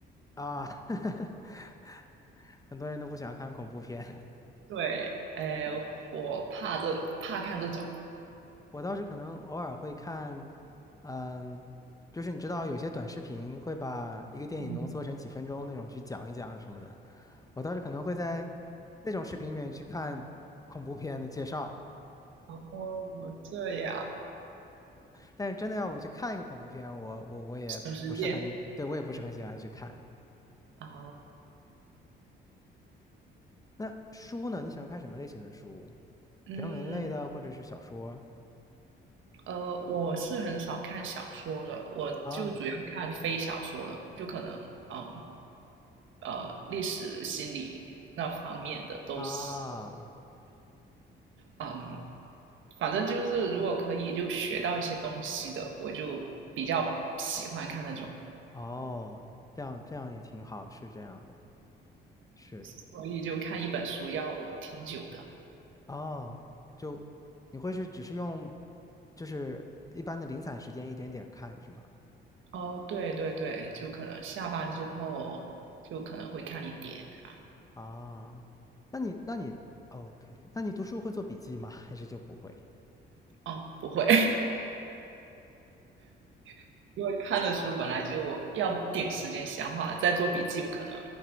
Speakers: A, on the left; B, on the right.
A: 啊，<laughs> 很多人都不喜欢看恐怖片，
B: 对，哎，我怕这怕看这种。
A: <laughs> 我倒是可能偶尔会看，嗯，就是你知道有些短视频会把一个电影浓缩成几分钟那种去讲一讲什么的，
B: 嗯，
A: 我倒是可能会在那种视频里面去看恐怖片的介绍，
B: 我我这样
A: 但是真的要我去看一个恐怖片，我我我也不是很，
B: 省时间。
A: 对，我也不是很喜欢去看。
B: 啊，
A: 那书呢？你喜欢看什么类型的书？
B: 嗯，
A: 人文类的，或者是小说？
B: 呃，我是很少看小说的，我就主要看非小说的，
A: 啊
B: 就可能嗯，呃，历史、心理那方面的都喜，
A: 啊
B: 嗯，反正就是如果可以就学到一些东西的，我就比较喜欢看那种。
A: 哦，这样这样也挺好，是这样的，是
B: 所以就看一本书要挺久的。
A: 哦，就你会是只是用就是一般的零散时间一点点看是吗？
B: 哦，对对对，就可能下班之后就可能会看一点，这样。
A: 啊，那你那你 OK，那你读书会做笔记吗？<laughs> 还是就不会
B: 哦，不会，<laughs> 因为看的书本来就要点时间消化，再做笔记，不可能